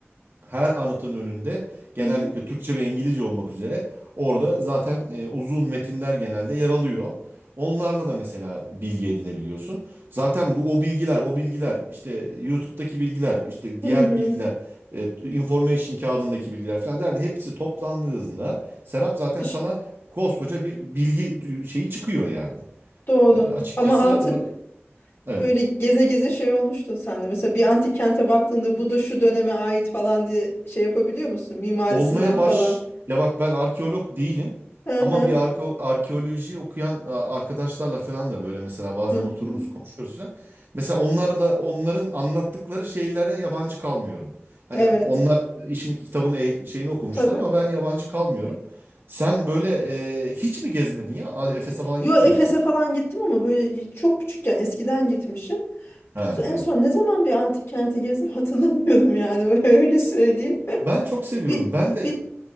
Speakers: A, on the right; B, on the left.
A: her anıtın önünde genellikle
B: Hı hı.
A: Türkçe ve İngilizce olmak üzere orada zaten e, uzun metinler genelde yer alıyor. Onlarla da mesela bilgi edinebiliyorsun. Zaten bu o bilgiler, o bilgiler işte YouTube'daki bilgiler, işte
B: Hı
A: diğer
B: hı.
A: bilgiler, e, information kağıdındaki bilgiler falan derdi. Hepsi toplandığında Serap zaten
B: Bir şey.
A: sana koskoca bir bilgi şeyi çıkıyor yani.
B: Doğru.
A: E, açıkçası
B: Ama artık
A: ra- evet.
B: böyle geze geze şey olmuştu sende. Mesela bir antik kente baktığında bu da şu döneme ait falan diye şey yapabiliyor musun? Mimarisinden
A: Olmaya baş...
B: falan.
A: Ya bak ben arkeolog değilim.
B: Hı
A: Ama
B: hı.
A: bir arke- arkeoloji okuyan a, arkadaşlarla falan da böyle mesela bazen
B: Hı hı.
A: otururuz konuşuyoruz falan. Mesela onlarla onların anlattıkları şeylere yabancı kalmıyorum. Hani
B: Evet.
A: onlar işin kitabını eh- şeyini okumuşlar
B: Tabii.
A: ama ben yabancı kalmıyorum. Sen böyle e, hiç mi gezmedin ya? A- Efes'e falan
B: Yo
A: gitmedin
B: Efes'e
A: mi?
B: falan gittim ama böyle çok küçükken eskiden gitmişim.
A: Ha
B: En
A: evet.
B: son ne zaman bir antik kente gezdim hatırlamıyorum yani <laughs> öyle söyleyeyim.
A: Ben çok
B: <laughs>
A: seviyorum.
B: Bir,
A: Ben de
B: bir